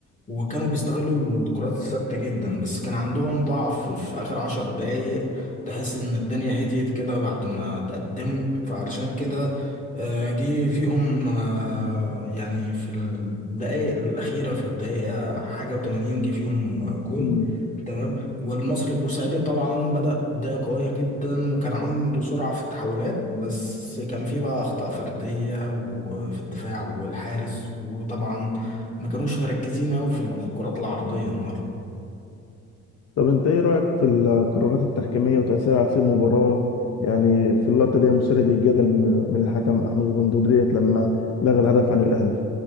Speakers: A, on the left; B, on the left.
A: وكانوا بيستغلوا الكرات الثابته جدا بس كان عندهم ضعف في اخر عشر دقايق تحس ان الدنيا هديت كده بعد ما تقدموا فعلشان كده آه، جه فيهم آه، يعني في الدقائق الاخيره في الدقيقه حاجه و80 جه فيهم جون
B: مم.
A: تمام والمصري البورسعيدي طبعا بدأ بداية قوية جدا وكان عنده سرعة في التحولات بس كان فيه بقى أخطاء فردية وفي الدفاع والحارس وطبعا ما كانوش مركزين أوي في الكرات العرضية النهاردة
B: طب انت ايه رأيك في القرارات التحكيمية وتأثيرها على سير المباراة يعني في اللقطة اللي هي مثيرة للجدل من من الحكم احمد الغندور ديت لما لغى الهدف عن الاهلي